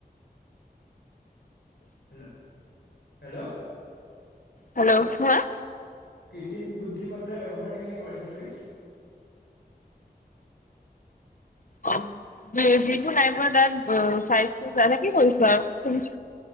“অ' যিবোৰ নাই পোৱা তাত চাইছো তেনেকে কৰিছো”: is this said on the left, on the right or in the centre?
Left